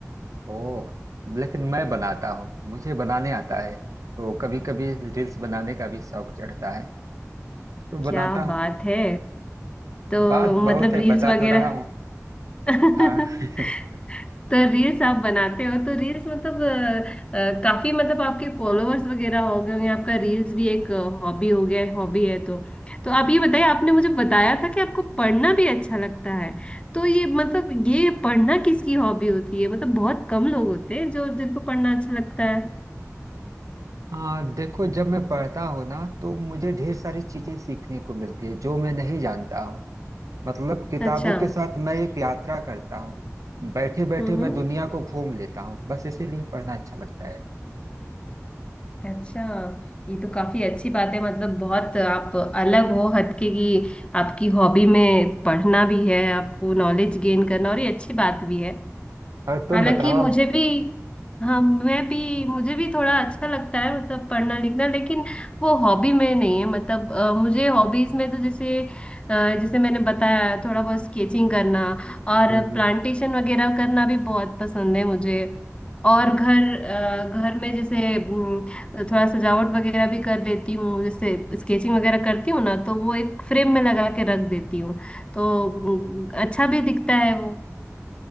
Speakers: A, on the right; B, on the left.
A: ओह लेकिन मैं बनाता हूँ मुझे बनाने आता है तो कभी कभी रील्स बनाने का भी शौक चढ़ता है तो बनाता
B: क्या
A: हूँ
B: बात है तो
A: बात बहुत
B: मतलब
A: है
B: रील्स
A: बता
B: वगैरह
A: तो रहा हूँ
B: <laughs>
A: हाँ <laughs>
B: तो रील्स आप बनाते हो तो रील्स मतलब अ, अ, काफी मतलब आपके फॉलोअर्स वगैरह हो गए होंगे आपका रील्स भी एक हॉबी हो गया हॉबी है तो तो आप ये बताइए आपने मुझे बताया था कि आपको पढ़ना भी अच्छा लगता है तो ये मतलब ये पढ़ना किसकी हॉबी होती है मतलब बहुत कम लोग होते हैं जो जिनको पढ़ना अच्छा लगता है
A: हाँ देखो जब मैं पढ़ता हूँ ना तो मुझे ढेर सारी चीजें सीखने को मिलती है जो मैं नहीं जानता हूँ मतलब किताबों
B: अच्छा
A: के साथ मैं एक यात्रा करता हूँ बैठे बैठे
B: हम्म
A: मैं
B: हम्म।
A: दुनिया को घूम लेता हूँ बस इसीलिए पढ़ना अच्छा लगता है
B: अच्छा ये तो काफी अच्छी बात है मतलब बहुत आप अलग हो हटके की आपकी हॉबी में पढ़ना भी है आपको नॉलेज गेन करना और ये अच्छी बात भी है
A: और तुम
B: हालांकि
A: बताओ हम्म
B: मुझे भी हाँ मैं भी मुझे भी थोड़ा अच्छा लगता है मतलब पढ़ना लिखना लेकिन वो हॉबी में नहीं है मतलब अ, मुझे हॉबीज में तो जैसे अ, जैसे मैंने बताया थोड़ा बहुत स्केचिंग करना और
A: हम्म।
B: प्लांटेशन वगैरह करना भी बहुत पसंद है मुझे और घर अ, घर में जैसे उम, थोड़ा सजावट वगैरह भी कर लेती हूँ जैसे स्केचिंग वगैरह करती हूँ ना तो वो एक फ्रेम में लगा के रख देती हूँ तो उम, अच्छा भी दिखता है वो